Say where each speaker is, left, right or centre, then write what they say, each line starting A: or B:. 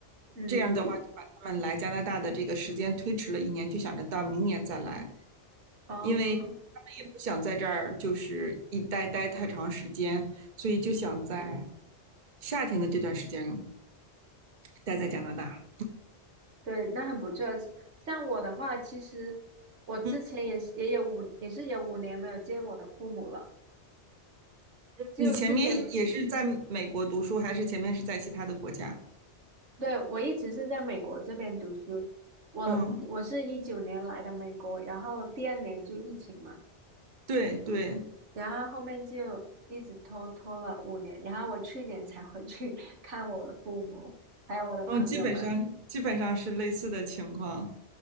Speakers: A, on the right; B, on the right.
A: 嗯，
B: 这样的话就把他们来加拿大的这个时间推迟了一年，就想着到明年再来，
A: 哦，
B: 因为他们也不想在这儿就是一待待太长时间，所以就想在夏天的这段时间待在加拿大。
A: 对，那很不错。像我的话，其实我之前也是也有五也是有五年没有见我的父母了。
B: 嗯。
A: 就之前，
B: 你前面也是在美国读书，还是前面是在其他的国家？
A: 对，我一直是在美国这边读书，我我是一九年来的美国，
B: 嗯，
A: 然后第二年就疫情嘛，
B: 对对，
A: 然后后面就一直拖拖了五年，然后我去年才回去 <laughs> 看我的父母，还有我的朋友们。
B: 嗯，基本上基本上是类似的情况。